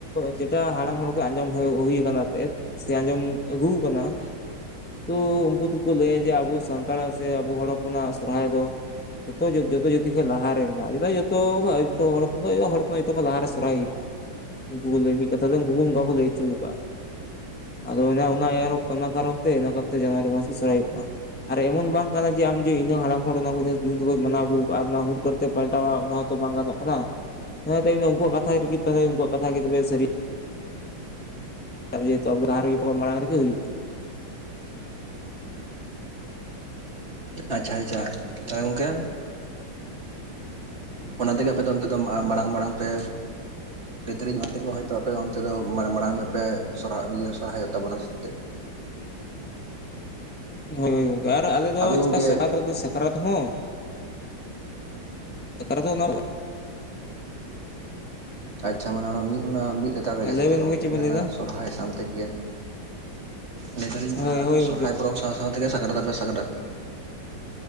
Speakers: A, in the centre; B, on the right.
A: ᱡᱮᱴᱟ ᱦᱟᱲᱟᱢ ᱦᱚᱲ ᱠᱚ ᱟᱸᱡᱚᱢ ᱦᱩ ᱦᱩᱭ ᱠᱟᱱᱟ ᱮᱛᱮᱫ ᱥᱮ ᱟᱸᱡᱚᱢ ᱟᱹᱜᱩ ᱟᱠᱟᱱᱟ᱾
B: <unintelligible>
A: ᱛᱩ ᱩᱝᱠᱩ ᱫᱩᱠᱩ ᱞᱟᱹᱭᱟ ᱡᱮ ᱟᱹᱵᱩ ᱥᱟᱱᱛᱟᱲ ᱥᱮ ᱟᱹᱵᱩ ᱦᱚᱲ ᱦᱚᱯᱚᱱᱟᱜ ᱥᱚᱨᱦᱟᱭ ᱫᱚ ᱡᱚᱛᱚ ᱡᱚᱛᱚ ᱡᱟᱹᱛᱤ ᱠᱷᱚᱡ ᱞᱟᱦᱟ ᱨᱮ ᱢᱮᱱᱟᱜᱼᱟ ᱡᱮᱫ ᱡᱚᱛᱚ ᱠᱷᱚᱡ ᱡᱚᱛ ᱦᱚᱲ ᱦᱚᱯᱚᱱ ᱠᱷᱚᱡ ᱫᱚ ᱦᱚᱲ ᱦᱚᱭ ᱛᱚ ᱠᱷᱚᱡ ᱞᱟᱦᱟ ᱨᱮ ᱥᱚᱨᱦᱟᱭ ᱦᱩᱭᱩᱜᱼᱟ ᱩᱝᱠᱩ ᱠᱩ ᱞᱟᱹᱭ ᱢᱤᱫ ᱠᱟᱛᱷᱟ ᱛᱮ ᱫᱚ ᱩᱝᱠᱩ ᱠᱩ ᱚᱝᱠᱟ ᱠᱩ ᱞᱟᱹᱭ ᱩᱪᱩ ᱠᱟᱜᱼᱟ ᱟᱫᱚ ᱚᱱᱟ ᱚᱱᱟ ᱚᱱᱟ ᱠᱟᱨᱚᱱ ᱛᱮ ᱤᱱᱟᱠᱟᱛᱮ <unintelligible> ᱥᱚᱨᱦᱟᱭᱚᱜ ᱼᱟ᱾ ᱟᱨ ᱮᱢᱚᱱ ᱵᱟᱝ ᱠᱟᱱᱟ ᱡᱮ ᱟᱢ ᱡᱮ ᱤᱱᱟᱹ ᱦᱟᱲᱟᱢ ᱦᱚᱲ ᱚᱱᱟ ᱠᱩ ᱡᱤᱱᱤᱥ ᱠᱩ ᱢᱟᱱᱟᱣ ᱟᱹᱜᱩᱣ ᱠᱟᱜ ᱼᱟ ᱟᱨ ᱚᱱᱟ ᱦᱩᱲᱠᱟᱹᱲ ᱯᱟᱞᱴᱟᱣᱟ ᱚᱱᱟ ᱦᱚᱛᱚ ᱵᱟᱝ ᱜᱟᱱᱚᱜ ᱠᱟᱱᱟ᱾ ᱦᱮᱸ ᱮᱛᱮᱜ ᱤᱧᱫᱚ ᱩᱝᱠᱩᱣᱟᱜ ᱠᱟᱛᱷᱟ ᱨᱮᱜᱮ ᱛᱟᱦᱮᱧ ᱩᱝᱠᱩᱣᱟᱜ ᱠᱟᱛᱷᱟ ᱜᱮ ᱛᱚᱵᱮ ᱥᱟᱹᱨᱤ <unintelligible> ᱞᱟᱦᱟ ᱨᱮᱜᱮ ᱢᱟᱲᱟᱝ ᱨᱮᱜᱮ ᱦᱩᱭᱩᱜᱼᱟ ᱾
B: ᱟᱪᱷᱟ ᱟᱪᱷᱟ ᱛᱟᱦᱞᱮ ᱜᱚᱝᱠᱮ᱾ ᱚᱱᱟ ᱛᱮᱜᱮ ᱟᱯᱮ ᱫᱚ ᱚᱱᱛᱮ ᱫᱚ ᱢᱟᱲᱟᱝ, ᱢᱟᱲᱟᱝ ᱢᱟᱲᱟᱝ ᱯᱮ <unintelligible> ᱚᱱᱟ ᱛᱮᱜᱮ ᱦᱚᱭᱛᱳ ᱟᱯᱮ ᱫᱚ ᱚᱱᱛᱮ ᱫᱚ ᱢᱟᱲᱟᱝ ᱢᱟᱲᱟᱝ ᱧᱚᱜ ᱯᱮ ᱥᱚᱨᱦᱟᱭ ᱤᱭᱟᱹ ᱥᱚᱨᱦᱟᱭᱚᱜ ᱛᱟᱵᱩᱱᱟ ᱥᱮ ᱪᱮᱫ
A: ᱦᱳᱭ ᱦᱳᱭ ᱜᱚᱝᱠᱮ ᱟᱨ ᱟᱞᱮ ᱫᱚ
B: ᱟᱫᱚ ᱜᱚᱝᱠᱮ
A: ᱪᱤᱠᱟ ᱥᱟᱹᱦᱟᱨ ᱨᱮᱫᱚ ᱥᱟ ᱥᱟᱠᱨᱟᱛ ᱦᱚᱸ ᱥᱟᱠᱨᱟᱛ ᱦᱚᱸ ᱚᱱᱟ
B: ᱟᱪᱪᱷᱟ ᱢᱟᱱᱮ ᱚᱱᱟ ᱢᱤᱫ ᱢᱚᱱᱟᱜ ᱢᱤᱫ ᱴᱮᱜ ᱨᱮᱜᱮᱥᱮ
A: ᱞᱟᱹᱭ
B: ᱪᱮᱫ
A: ᱵᱮᱱ
B: ᱜᱚᱝᱠᱮ
A: ᱵᱮᱱ ᱞᱟᱹᱭ
B: ᱚᱱᱟ
A: ᱮᱫᱟ
B: ᱥᱚᱨᱦᱟᱭ ᱥᱟᱸᱜ ᱛᱮᱜᱮ ᱞᱟᱹᱭ ᱫᱟᱹᱞᱤᱧ ᱚᱱᱟ
A: ᱦᱳᱭ ᱦᱳᱭ ᱜᱚᱝᱠᱮ
B: ᱥᱚᱨᱦᱟᱭ ᱯᱚᱨᱚᱵᱽ ᱥᱟᱶ ᱥᱟᱶ ᱛᱮᱜᱮ ᱥᱟᱠᱨᱟᱛ ᱫᱚᱯᱮ ᱥᱟᱠᱨᱟᱛ